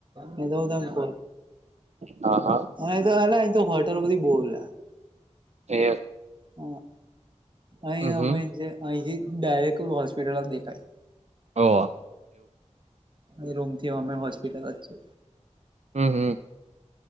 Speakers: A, on the right; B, on the right.
A: નઈ તો હું તન કઉ.
B: હા હા.
A: આય તો હલે અય તો હોટલો બધી બઉ લ્યા.
B: એ
A: હા અય
B: હમ હમ
A: અહી થી ડાયરેક્ટ હોસ્પિટલો દેખાય.
B: હો અ.
A: એ રૂમથી હોમે હોસ્ પીટલ જ છે.
B: હમ હમ